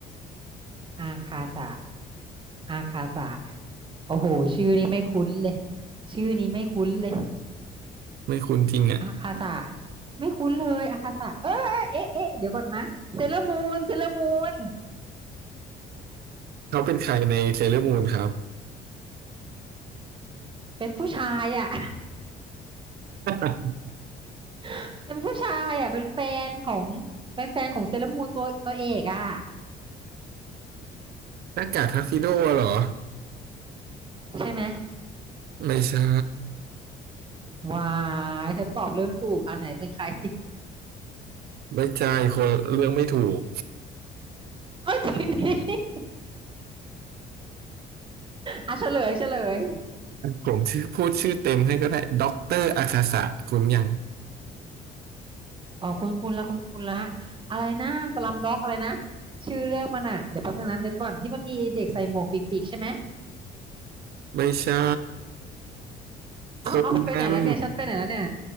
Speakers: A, on the right; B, on the right.
A: อาคาสะอาคาสะโอ้โหชื่อนี้ไม่คุ้นเลยชื่อนี้ไม่คุ้นเลย
B: ไม่คุ้นจริงอ่ะ
A: อาคาสะไม่คุ้นเลยอาคาสะเออเอ๊ะเอ๊ะเดี๋ยวก่อนนะเซเลอร์มูนเซเลอร์มูน
B: เขาเป็นใครในเซเลอร์มูนครับ
A: เป็นผู้ชายอ่ะ
B: <laughs>
A: <laughs> เป็นผู้ชายอ่ะเป็นแฟนของเป็นแฟนของเซเลอร์มูนตัวตัวเอกอ่ะ
B: หน้ากากทักซิโดเหรอ
A: ใช่ไหม
B: ไม่ใช่
A: วายฉันตอบเรื่องถูกอันไหนเป็นใคร <laughs>
B: ไว้ใจคนเรื่องไม่ถูก
A: เอาจริงดิ <laughs> อ่ะเฉลยเฉลย
B: ผมชื่อพูดชื่อเต็มให้ก็ได้ด็อกเตอร์อาคาสะคุณยัง
A: อ๋อคุณคุณละคุณคุณละอะไรนะสลัมด็อกอะไรนะชื่อเรื่องมันอ่ะเดี๋ยวแป๊บนึงนั้นเดี๋ยวก่อนที่มันมีเด็กใส่หมวกปีกๆใช่ไหม
B: ไม่ใช่
A: เอาเอาไปไหนแล้วเนี่ยฉันไปไหนแล้วเนี่ย
B: คนนั้น